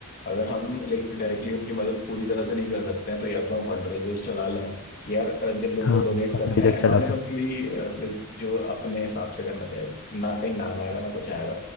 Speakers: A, on the left; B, on the left.
A: अगर हम लाइक डायरेक्टली उनकी मदद पूरी तरह से नहीं कर सकते हैं तो या तो हम फंड रेजर चला लें कि यार अ, जिन लोगों
B: हाँ
A: को डोनेट
B: फंडरेजर
A: करना है
B: चला
A: एनोनिमसली
B: सकते हैं
A: लाइक जो अपने हिसाब से करना चाहे ना कहीं नाम आएगा ना कुछ आएगा